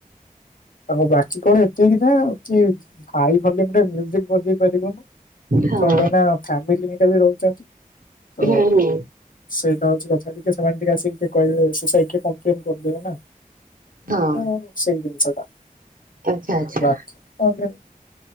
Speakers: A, on the left (about 65°); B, on the right (about 70°).
A: ଆଉ ବାକି କଣ ଏତିକି ନା କି ହାଇ ଭଲ୍ୟୁରେ ମ୍ୟୁଜିକ ବଜେଇ ପାରିବ?
B: ହଁ
A: କଣ ପାଇଁ ନା ଫାମିଲିି ଦିଟା ବି ରହୁଛନ୍ତି ତ
B: ହୁଁ ହୁଁ
A: ସେଇଟା ହଉଛି କଥା ଟିକେ ସେମାନେ ଟିକେ ଆସିକି କହିବେ ସୋସାଇଟି ରେ କଣ ପ୍ରୋବ୍ଲେମ ନା
B: ହଁ
A: ତ ସେଇ ଜିନିଷ ଟା।
B: ଆଚ୍ଛା ଆଚ୍ଛା
A: ବାଛି ବି କଣଟେ